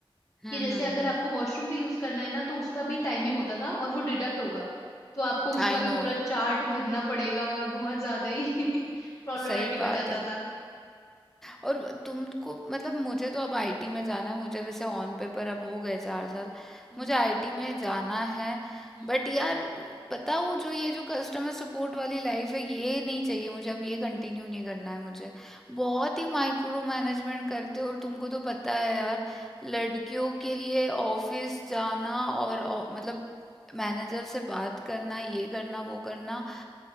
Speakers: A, in the centre; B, on the left (about 30°).
A: हुँ,
B: कि जैसे
A: हुँ,
B: अगर
A: हुँ।
B: आपको वॉशरूम भी यूज करना है ना तो उसका भी टाइमिंग होता था और वो डिडक्ट होगा तो आपको उसका
A: I
B: भी
A: know
B: पूरा चार्ट भरना पड़ेगा और बहुत ज्यादा ही <laughs> प्रॉब्लमेटिक
A: सही बात
B: हो जाता
A: है।
B: था
A: और तुमको मतलब मुझे तो अब आईटी में जाना है। मुझे वैसे ऑन पेपर अब हो गए 4 साल।
B: हम्म
A: मुझे आईटी में जाना है।
B: हम्म
A: बट यार पता हूँ जो ये जो कस्टमर सपोर्ट वाली लाइफ है ये नहीं चाहिए मुझे। अब ये कंटिन्यू नहीं करना है मुझे। बहुत ही माइक्रो मैनेजमेंट करते हो और तुमको तो पता है यार लड़कियों के लिए ऑफिस जाना और ऑ- मतलब मैनेजर से बात करना, ये करना, वो करना